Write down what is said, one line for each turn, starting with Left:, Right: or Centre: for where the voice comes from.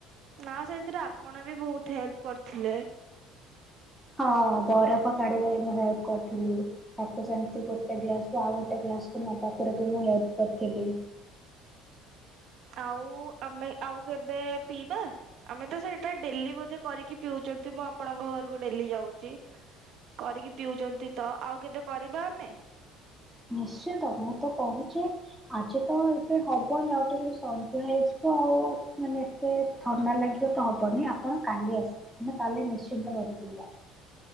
Right: ନା ସେଇଥିରେ ଆପଣ ବି ବହୁତ ହେଲ୍ପ କରିଥିଲେ।
Centre: ହଁ ବରଫ କାଢିବାରେ ମୁଁ ହେଲ୍ପ କରିଥିଲି ତାକୁ ସେମତି ଗୋଟେ ଗ୍ଲାସ ରୁ ଆଉ ଗୋଟେ ଗ୍ଲାସକୁ ନବା ପରେ ବି ମୁଁ ହେଲ୍ପ କରିଥିଲି।
Right: ଆଉ ଆମେ ଆଉ କେବେ ପିଇବା ଆମେ ତ ସେଇଟା ଡେଲି ବୋଧେ କରିକି ପିଉଛନ୍ତି ମୁଁ ଆପଣଙ୍କ ଘରକୁ ଡେଲି ଯାଉଛି କରିକି ପିଉଛନ୍ତି ତ ଆଉ କେବେ କରିବା ଆମେ
Centre: ନିଶ୍ଚିନ୍ତ ମୁଁ ତ କହୁଛି ଆଜି ତ ଏବେ ହବନି ଆଉ ଟିକେପରେ ସନ୍ଧ୍ୟା ହେଇଯିବ ଆଉ ମାନେ ଏତେ ଥଣ୍ଡା ଲାଗିବ ତ ହବନି ଆପଣ କାଲି ଆସିବେ ଆମେ ମୁଁ କାଲି ନିଶ୍ଚିନ୍ତ କରି ପିଇବା।